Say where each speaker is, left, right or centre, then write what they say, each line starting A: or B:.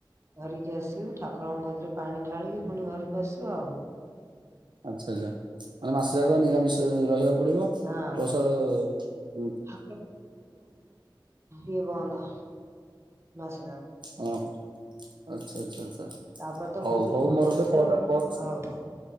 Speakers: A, on the right; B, on the right.
A: ଧରିକି ଆସିବୁ ଠାକୁରଙ୍କ କତିରେ ପାଣି ଢାଳିକି ପୁଣି ଘରକୁ ଆସୁ ଆଉ।
B: ଆଚ୍ଛା ଆଚ୍ଛା ମାନେ ମାସେ ଯାକ ନିରାମିଷ ଅ ରହିବାକୁ ପଡିବ
A: ହଁ
B: ପ୍ଲସ ଅ ଅ
A: <unintelligible> <unintelligible> ଇଏ ବନ୍ଦ ମାସ ଯା
B: ହଁ ହ ଆଛା ଆଛା ଆଛା।
A: ତାପରେ ତ
B: ହଉ
A: ଖୁଦୁରୁକୁଣୀ
B: ହଉ ମୋର
A: ଆସେ
B: ଗୋଟେ କଲ୍
A: ଆଉ
B: କଲ୍ ଆସିଚି।
A: ହଉ ହଉ